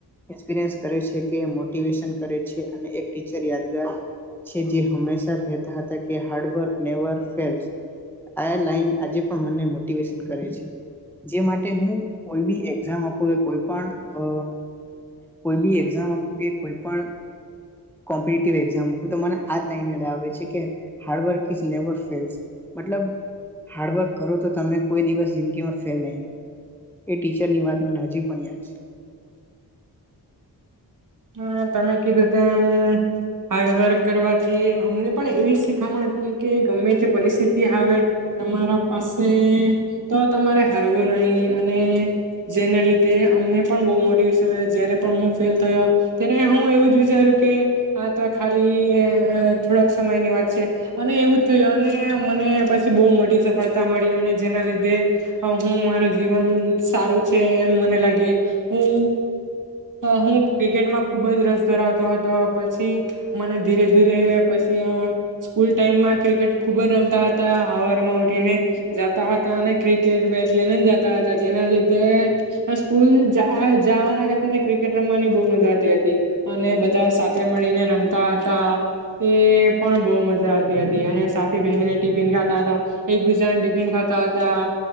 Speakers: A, in the centre; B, on the right.
A: એક્સપિરિયન્સ કરે છે કે મોટિવેશન કરે છે અને એક ટીચર યાદગાર છે જે હંમેશા કહેતા હતા કે હાર્ડવર્ક નેવર ફેલસ આ લાઈન આજે પણ મને મોટિવેશન કરે છે જે માટે હું કોઈ બી એક્ઝામ આપું કે કોઈ પણ અ કોઈ બી એક્ઝામ આપું કે કોઈ પણ કોમ્પિટીટીવ એક્ઝામ તો મને આજ લાઇન યાદ આવે છે કે હાર્ડવર્ક ઇસ નેવર ફેલ્સ મતલબ હાર્ડવર્ક કરો તો તમે કોઈ દિવસ જિંદગીમાં ફેલ નહીં થાવ. એ ટીચરની વાત મને હજી પણ યાદ છે
B: હા તમે કીધું તેમ હાર્ડવર્ક કરવા થી અમને પણ એવી શીખામણ હતી કે ગમે તે પરિસ્થિતિ આવે તમારા પાસે તો તમારે હારવું નહી અને જેને લીધે અમને પણ બહુ મોટિવેશન મળ્યું જ્યારે પણ હું ફેલ થયો. ત્યારે હું એવું જ વિચાર્યું કે આ તો ખાલી થોડાક સમયની વાત છે અને એવું જ થયું અને મને પછી બહુ મોટી સફળતા મળી અને જેના લીધે હું મારું જીવન સારું છે એમ મને લાગે હું અ હું ક્રિકેટમાં ખુબ જ રસ ધરાવતો હતો પછી મને ધીરે ધીરે પછી આવા સ્કૂલ ટાઈમમાં ક્રિકેટ ખુબ જ રમતા હતા હવારમાં ઉઠીને જતા હતા અને ક્રિકેટ બેટ લઈને જતા હતા જેના લીધે સ્કૂલ જા જવાના કરતા ક્રિકેટ રમવાની બ મજા આવતી હતી અને બધા સાથે મળીને રમતા હતા એ પણ બહુ મજા આવતી હતી અને સાથી બેહીને ટિફિન ખાતા હતા એકબીજાને ટિફિન ખાતા હતા